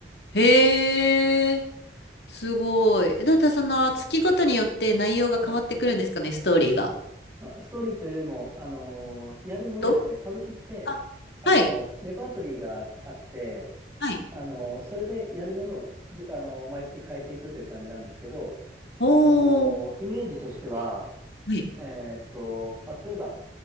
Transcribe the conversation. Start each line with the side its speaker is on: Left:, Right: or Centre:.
Left: へえ、すごい。えだってその月ごとによって内容が変わってくるんですかね、
Right: はい。
Left: ストーリーが。
Right: まあ、ストーリーというよりも、あの、やるものですね。
Left: と
Right: 歌舞伎って、
Left: あ、
Right: あの、
Left: はい。
Right: レパートリーがあって、
Left: はい。
Right: あの、それでやるものを、じゅあの、毎月変えていくという感じなんですけど、
Left: おー。
Right: あの、イメージとしては、
Left: はい。
Right: えーっと、まあ、例えば、